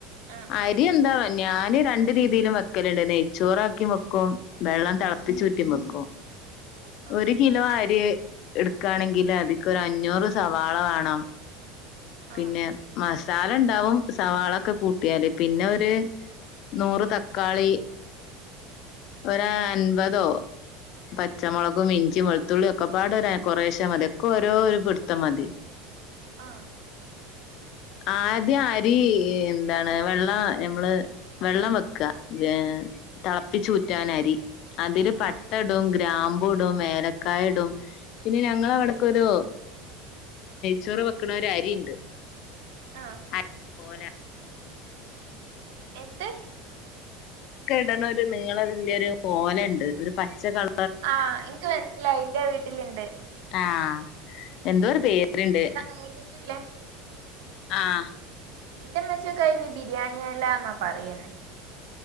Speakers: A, on the right; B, on the left.
A: ആഹ്
B: അരി
A: ആഹ്
B: എന്താ വേ ഞാന് രണ്ട് രീതിയിലും വെക്കലുണ്ട്, നെയ്ച്ചോറാക്കീം വെക്കും, വെള്ളം തിളപ്പിച്ചൂറ്റീം വെക്കും.
A: ആഹ്
B: ഒരു കിലോ അരി എടുക്കാണെങ്കിൽ അതിക്കൊരു അഞ്ഞൂറ് സവാള വേണം.
A: ആഹ്
B: പിന്നെ മസാല ഉണ്ടാവും സവാളൊക്കെ കൂട്ടിയാല്, പിന്നെ ഒരു നൂറ് തക്കാളി, ഒരാൻപതോ പച്ചമുളകും ഇഞ്ചി വെളുത്തുള്ളിയൊക്കെ പാടെ ഒരെ കൊറേശെ മതി, ഒക്കെ ഓരോ ഒരു പിടുത്തം മതി.
A: ആഹ്
B: ആദ്യ അരി എന്താണ് വെള്ള ഞമ്മള് വെള്ളം വെക്കാ ഏഹ് തിളപ്പിച്ചൂറ്റാൻ അരി അതില് പട്ട
A: ആഹ്
B: ടും ഗ്രാമ്പൂടും ഏലക്കായിടും പിന്നെ ഞങ്ങള അവിടക്കൊരു ചോറ് വെക്കണ ഒരു അരിണ്ട്.
A: ആഹ്
B: അത് പോലാ
A: എന്ത്?
B: ക്കെ ഇടണ ഒരു നീളവലിയൊരു ഓല ഇണ്ട് ഒരു പച്ചക്കള
A: ആഹ് ഇനിക്ക് മനസ്സിലായി, ഇന്റെ വീട്ടിലിണ്ട്.
B: ആഹ്, എന്തോരു പേരുണ്ട്.
A: നീണ്ട്ട്ടില്ലേ
B: ആഹ്
A: ഇന്റെമ്മച്ചി ഒക്കയിന് ബിരിയാണി എലാന്നാ പറയന്നെ